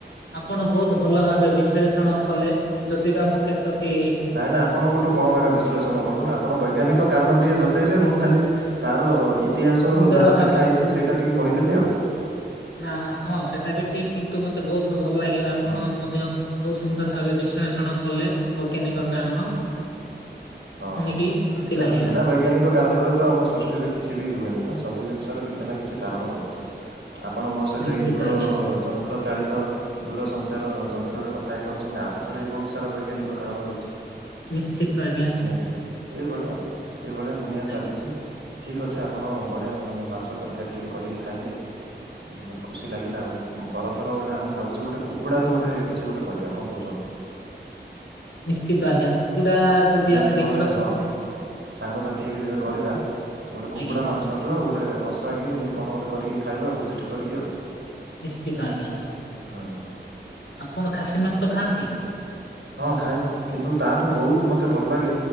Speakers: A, on the left; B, on the right.
A: ଆପଣ ବହୁତ ଭଲ ଭାବେ ବିଶ୍ଳେଷଣ କଲେ ଯଦି ବା ମୁଁ କେ ତୋଟି
B: ନାଇଁ ନାଇଁ ଆପଣଙ୍କଠୁ କମ୍ ଆଗ ବିଶ୍ଳେଷଣ କଲୁନା ଆ ଆପଣ ବୈଜ୍ଞାନିକ କାରଣଟିଏ ଜତେଇଲେ ମୁଁ ଖାଲି ତାର ଇ ତିହାସ
A: ସୁନ୍ଦର
B: ଯାହା
A: ଭାବେ
B: ଲେଖା ହେଇଚି ସେଇଟା ଟିକେ କହିଦେଲି ଆଉ।
A: ନା ହଁ ସେଟା ବି ଠିକ କିନ୍ତୁ ମତେ ବହୁତ ଭଲ ଲାଗିଲା ଆପଣ
B: ହୁଁ
A: ମଧ୍ୟ ବହୁ ସୁନ୍ଦର ଭାବେ ବିଶ୍ଳେଷଣ କଲେ ବୈଜ୍ଞାନିକ କାରଣ।
B: ହଁ
A: ଶୁଣିକି
B: ହଁ
A: ଖୁସି
B: କାରଣ
A: ଲାଗିଲା
B: ବିନା ବୈଜ୍ଞାନିକ କାରଣରେ ତ ଆମ ସୃଷ୍ଟିରେ କିଛି ବି ହୁଏନି ନା ସବୁ ଜିନିଷର କିଛି ନା କିଛି କାରଣ ରହିଚି। ଆପଣ ମୋ ସହିତ
A: ନିଶ୍ଚିତ
B: ଏଇ ଦୂର
A: ଆଜ୍ଞା
B: ଯନ୍ତ୍ର ଚାଳିତ ଦୂରସଂଚାର ଯନ୍ତ୍ରରେ କଥା ହେଇ ପାରୁଚନ୍ତି ଆ ପଛରେ ବି ବହୁତ ସାରା ବୈଜ୍ଞାନିକ କାରଣ ରହିଚି।
A: ନିଶ୍ଚିତ ଆଜ୍ଞା।
B: ନିହାତି ଭାବେ ଏଇଭଳିଆ ଆଉ ଏଇଭଳିଆ ଦୁନିଆ ଚାଲିଛି।
A: ଆଜ୍ଞା।
B: ଠିକ୍ ଅଛେ ଆପଣ ବଢ଼ିଆ ମାନେ ମାଛ ତରକାରୀ ଟିକେ କରିକି ଖାଇଲେ ମୋତେ ଖୁସି ଲାଗିଲା ଆଉ ପର ଥର ଗୋଟେ ଆମେ ଭାବୁଚୁ ଗୋଟେ କୁକୁଡ଼ାରୁ ଗୋଟେ କିଛି ଗୋଟେ କରିବା କଣ କହୁଚନ୍ତି?
A: ନିଶ୍ଚିତ ଆଜ୍ଞା କୁକୁଡା ଯଦି ଆମେ
B: ଯେତେବେଳେ
A: ଦେଖିବାକୁ
B: ହଁ ସାଙ୍ଗସାଥି ହେଇକି ଯେବେ କରିବା ଗୋଟେ କୁକୁଡ଼ା
A: ଆଜ୍ଞା
B: ମାଂସର ଗୋଟେ କଷାକି ଏମିତି କଣ ଗୋଟେ କରିକି ଖାଇବାଆଉ ଭୋଜିଟି କରିକି ଆଉ।
A: ନିଶ୍ଚିତ ଆଜ୍ଞା
B: ହୁଁ ହୁଁ।
A: ଆପଣ ଖାସି ମାଂସ ଖାଆନ୍ତି?
B: ହଁ ଖାଏ କିନ୍ତୁ ତାଠୁ ବହୁତ୍ ମୋତେ ଭଲ ଲାଗେ